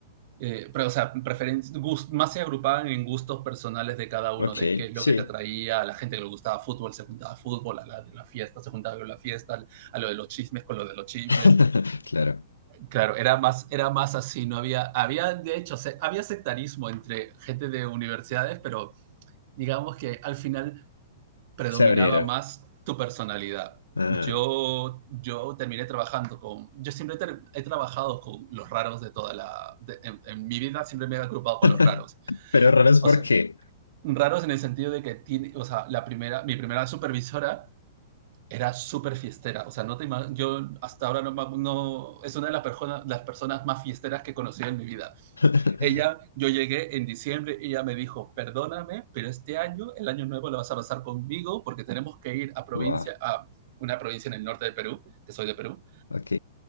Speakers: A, on the right; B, on the left.
A: eh, pero, o sea, preferen- gus- más se agrupaban en gustos personales de cada uno,
B: Ok,
A: de qué es
B: sí.
A: lo que te atraía, a la gente que le gustaba fútbol se juntaba fútbol, a la de la fiesta se juntaba con la fiesta, a lo de los chismes con lo de los chismes.
B: <laughs> Claro,
A: Claro, era más, era más así, no había, había, de hecho, se- había sectarismo entre gente de universidades, pero digamos que al final predominaba
B: se abrieron.
A: más tu personalidad.
B: Ah.
A: Yo, yo terminé trabajando con, yo siempre he, he trabajado con los raros de toda la, de, en, en, mi vida siempre me he agrupado con
B: <laughs>
A: los raros.
B: Pero raros,
A: O
B: ¿por
A: sea,
B: qué?
A: raros en el sentido de que tiene, o sea, la primera, mi primera supervisora era súper fiestera, o sea, no te yo hasta ahora no, no, es una de las personas, las personas más fiesteras que he conocido en mi vida.
B: <laughs>
A: Ella, yo llegué en diciembre y ella me dijo, perdóname, pero este año, el año nuevo, lo vas a pasar conmigo porque tenemos que ir a provincia,
B: Guau,
A: a una provincia en el norte de Perú, que soy de Perú,
B: ok.